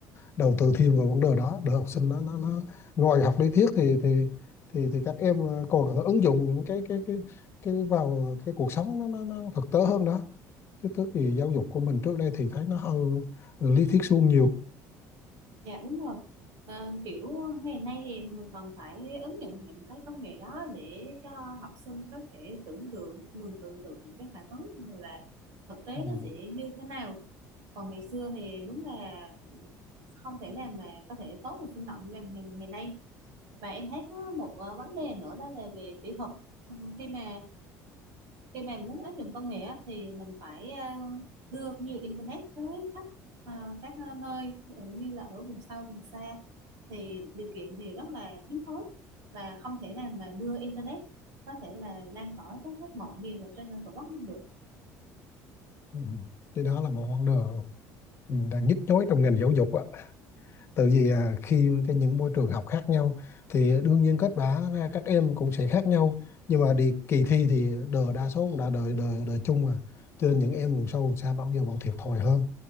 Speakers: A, on the left; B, on the right.
A: đầu tư thêm vào vấn đề đó để học sinh nó nó, nó ngoài học lý thuyết thì thì thì thì các em à, còn có thể ứng dụng những cái cái cái cái vào cái cuộc sống nó nó, nó thực tế hơn đó cái tức thì giáo dục của mình trước đây thì thấy nó hơi lý thuyết suông nhiều
B: Dạ đúng rồi. Ờ, kiểu ngày nay thì mình còn phải ứng dụng những cái công nghệ đó để cho học sinh có thể tưởng tượng, mường tượng được những cái phản ứng rồi là thực tế
A: ừ.
B: nó sẽ như thế nào. Còn ngày xưa thì đúng là không thể nào mà có thể tốt và sinh động như ngày ngày ngày nay. Và em thấy có một ờ, vấn đề nữa đó là về kỹ thuật. Ừ, Khi mà khi mà muốn áp dụng công nghệ á, thì mình phải ờ, đưa nhiều internet tới khắp ờ, các ờ, nơi ví dụ như là ở vùng sâu vùng xa thì điều kiện thì rất là thiếu thốn và không thể nào mà đưa internet có thể là lan tỏa tới hết mọi miền ở trên tổ quốc mình được
A: Ừ. Thì đó là một vấn đề ừ, đang nhức nhối trong ngành giáo dục á tại vì à, khi cái những môi trường học khác nhau thì đương nhiên kết quả ra các em cũng sẽ khác nhau nhưng mà đi kỳ thi thì đời đa số cũng đã đời đời đời chung mà cho nên những em vùng sâu vùng xa bao giờ vẫn thiệt thòi hơn